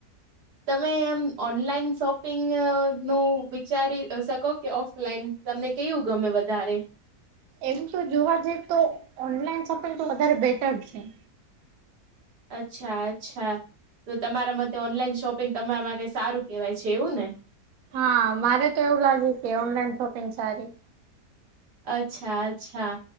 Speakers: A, on the right; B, on the right.
A: તમે એમ ઓનલાઈન શોપિંગ નું વિચારી શકો? કે, ઓફલાઈન તમને કેયું ગમે વધારે?
B: એમ તો જોવા જઈએ તો, ઓનલાઈન શોપિંગ પિંગ તો વધારે બેટર છે.
A: અચ્છા, અચ્છા, તો તમારા માટે ઓનલાઈન શોપિંગ તમારા માટે સારું કેહેવાય છે, એવું ને.
B: હા, મારે તો એવું લાગ્યું કે, ઓનલાઈન શોપિંગ સારી.
A: અચ્છા, અચ્છા.